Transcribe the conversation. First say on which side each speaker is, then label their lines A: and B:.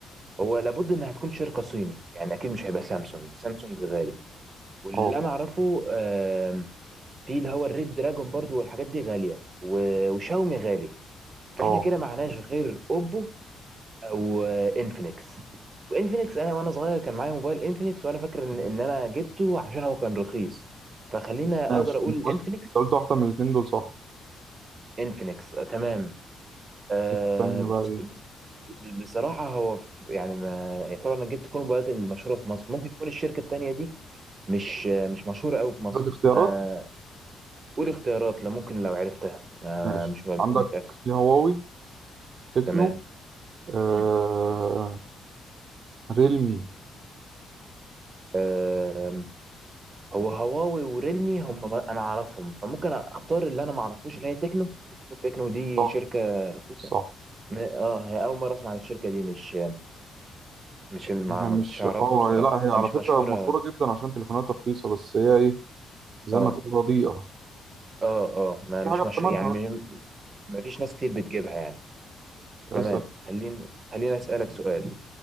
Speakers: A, on the right (about 40°); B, on the right (about 55°).
A: هو
B: مم.
A: لابد انها تكون شركه صيني يعني اكيد مش هيبقى سامسونج سامسونج غالي واللي
B: اه
A: انا اعرفه آم، في اللي هو الريد دراجون برضو والحاجات دي غاليه و- وشاومي غالي فاحنا
B: اه
A: كده معناش غير اوبو او آه، انفينكس وانفينكس انا وانا صغير كان معايا موبايل انفينكس وانا فاكر ان ان انا جبته عشان هو كان رخيص فخلينا
B: ماشي
A: اقدر اقول
B: انت قلت
A: انفينكس
B: انت قلت واحده من الاثنين دول صح
A: انفينكس آه، تمام آه،
B: الثانيه
A: بص-
B: بقى ايه
A: بص- بصراحة هو ف- يعني ما يعتبر انك جبت كل الموبايلات المشهورة في مصر ممكن تكون الشركة التانية دي مش مش مشهورة قوي في مصر
B: عندك اختيارات
A: ما قول اختيارات لو ممكن لو عرفتها ما
B: مم. ماشي
A: مش بكون
B: عندك
A: متأكد
B: في هواوي تكنو
A: تمام
B: آه...
A: مم.
B: ريلمي
A: آم، هو هواوي وريلمي هم ما- انا اعرفهم فممكن اختار اللي انا ما اعرفوش اللي هي تكنو ممكن تكون تكنو دي
B: صح
A: شركة رخيصة
B: صح
A: ما- اه هي اول مرة اسمع عن الشركة دي مش مش ما
B: هي
A: ما
B: مش
A: كنتش اعرفها
B: اه
A: بصراحة
B: هي- لا هي على
A: آه، مش
B: فكره
A: مشهورة
B: مشهوره جدا عشان تليفوناتها رخيصه بس هي ايه زي
A: اه
B: ما تقول رديئه
A: اه اه ما
B: في
A: مش
B: حاجه بتمنها
A: مشهور يعني مش- ما فيش ناس كتير بتجيبها يعني
B: بقى
A: تمام
B: اسال
A: خليني خليني اسالك سؤال